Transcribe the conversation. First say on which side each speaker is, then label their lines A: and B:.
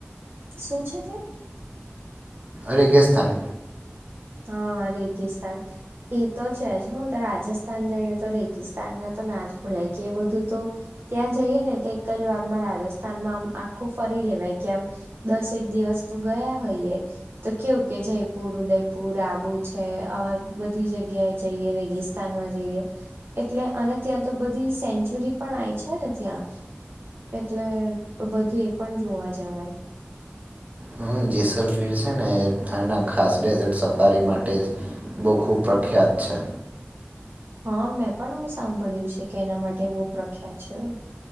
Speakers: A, on the right; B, on the right.
A: સુ છે ત્યાં.
B: રેગિસ્તાન.
A: હા રેગિસ્તાન. એ તો છે જ હ તો રાજસ્થાન જઈએ તો રેગિસ્તાન ના તો ના જ ભૂલાય કે એ બધું તો. ત્યાં જઈએ ને તે એકજ વારમાં રાજસ્થાનમાં આમ આખું ફરી લેવાય કે આમ. દસેક દિવસ તો ગયા હોયએ તો કેવું કે જયપુર ઉદયપૂ. પુર આબુ છે આવા બધી જગ્યાએ જઈએ રેગિસ્તાનમાં જઈએ. એટલે અને ત્યાં તો બધી સેન્ચુરી પણ આય છે ને ત્યાં. એટલે બધું એ પણ જોવા જવાય.
B: હ જેસલમીર છે ને આના ખાસ ડેઝર્ટ સફારી માટે. બહુ ખૂબ પ્રખ્યાત છે.
A: હા મેં પણ આવું સાંભળ્યું છે કે એના માટે બહુ પ્રખ્યાત છે.